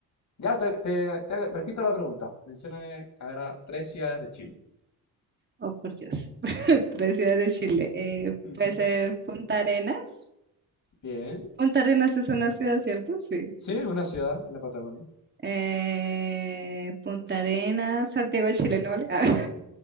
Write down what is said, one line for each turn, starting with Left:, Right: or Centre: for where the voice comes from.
Left: ya te, te- te hago- repito la pregunta. Mencióname ahora tres ciudades de Chile.
Right: Oh, por Dios. <laughs> Tres ciudades de Chile. Eh,
Left: <laughs>
Right: puede ser Punta Arenas.
Left: Bien.
Right: Punta Arenas es una ciudad, ¿cierto? Sí.
Left: Sí, es una ciudad en la Patagonia.
Right: eh, Punta Arenas, Santiago de Chile, ¿no vale? <laughs>